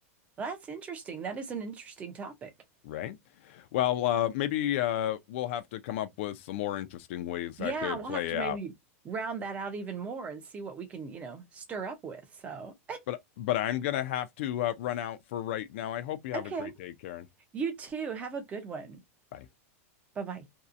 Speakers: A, on the right (about 15°); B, on the left (about 55°).
A: Well, that's interesting. That is an interesting topic.
B: right? Well, uh maybe uh we'll have to come up with some more interesting ways
A: Yeah,
B: that could
A: we'll
B: play
A: have to maybe
B: out.
A: round that out even more and see what we can, you know, stir up with. So,
B: But but I'm gonna have to uh, run out for right now. I hope you have
A: okay.
B: a great day, Karen.
A: You too. Have a good one.
B: Bye.
A: Bye-bye.